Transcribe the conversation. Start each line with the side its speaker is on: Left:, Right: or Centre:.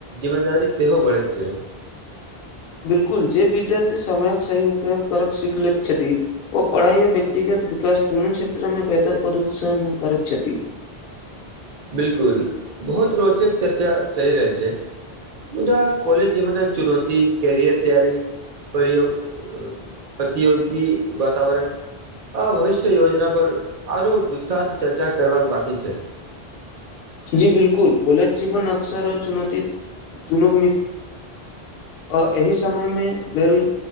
Right: जिम्मेदार सेहोहो बढ़ेैत छै
Left: बिलकुल जे विद्यार्थी समयक सही उपयोग करै सीख लैत छथि ओ पढ़ाई आ व्यक्तिगत विकास दुनू क्षेत्र मे बेहतर प्रदोत्सन करैत छथि छथि
Right: ह बिलकुल बहुत रोचक चर्चा चलि रहल छै मुदा कॉलज जीवनमे चुनौती करियर तैयारी परग प्रतियोगी वातावरण आ भविष्य योजना पर आरो विस्तार चर्चा कर बकी छै
Left: जी बिलकुल कॉलेज जीवन अक्षरो चुनौती दुनू आ एहि समयमे भेल